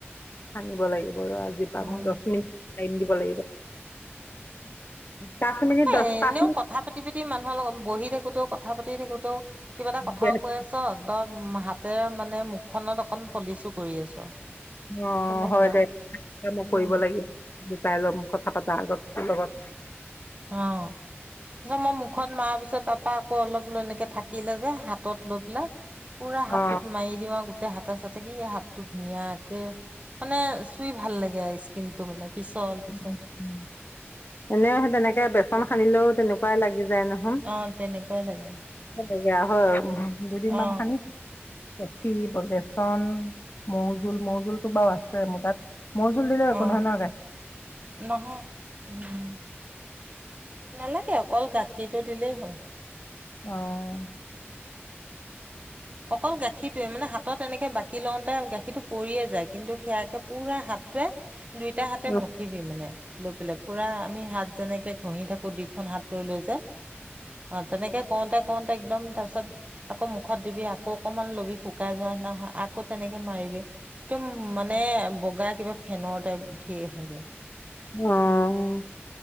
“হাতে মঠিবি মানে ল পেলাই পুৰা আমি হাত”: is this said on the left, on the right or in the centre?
Right